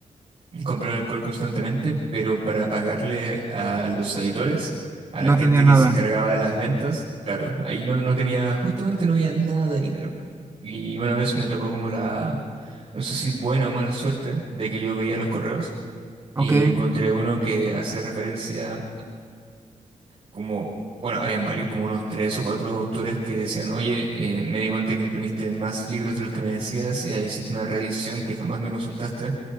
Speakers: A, on the right (about 50°); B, on the right (about 20°).
A: comprar alcohol constantemente, pero para pagarle a los editores, a
B: No
A: la gente
B: tenía
A: que
B: nada.
A: se encargaba de las ventas, claro, ahí no, no tenía, justamente no había nada de dinero. Y una vez me tocó como la, no sé si buena o mala suerte, de que yo veía los correos y
B: Ok.
A: encontré uno que hacía referencia como, bueno, habían varios, como unos tres o cuatro autores que decían, oye, eh, me di cuenta que imprimiste más libros de los que me decías, y hiciste una reedición que jamás me consultaste,